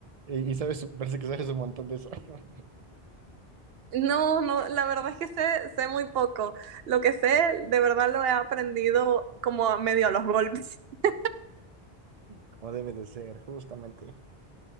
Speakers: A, on the right; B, on the right.
A: Y, y sabes, parece que sabes un montón de eso, <laughs>
B: No, no, la verdad es que sé, sé muy poco. Lo que sé, de verdad lo he aprendido como a medio a los golpes. <laughs>
A: como debe de ser, justamente.